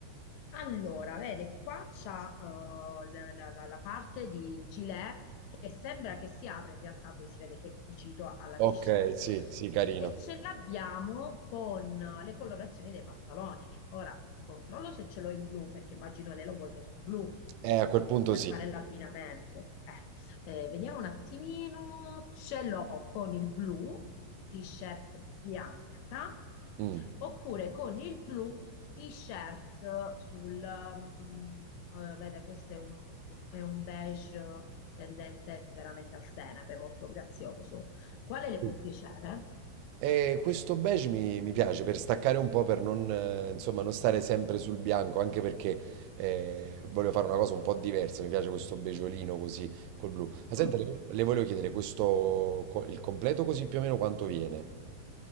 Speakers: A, on the left (about 80°); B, on the right (about 80°).
A: Allora, vede, qua c'ha eh, la, la- la- la parte di gilet che sembra che si apre, in realtà poi si vede che è cucito alla
B: ok,
A: t-shirt
B: sì, sì, carino.
A: e ce l'abbiamo con le colorazioni dei pantaloni. Ora controllo se ce l'ho in blu, perché immagino lei lo voglia sul blu
B: Eh, a quel punto
A: per
B: sì.
A: fare l'abbinamento. Eh, eh, vediamo un attimino, ce l'ho con il blu, t-shirt bianca,
B: Mm.
A: oppure con il blu, t-shirt sul, mm, eh, vede, questo è un, è un beige tendente veramente al senape, molto grazioso. Quale le
B: Sì.
A: può piacere?
B: E questo beige mi, mi piace per staccare un po', per non, eh, insomma, non stare sempre sul bianco, anche perché eh, voglio fare una cosa un po' diversa. Mi piace questo beggiolino così col blu. Ah, senta,
A: Mm.
B: le, le volevo chiedere questo, co- il completo così più o meno quanto viene.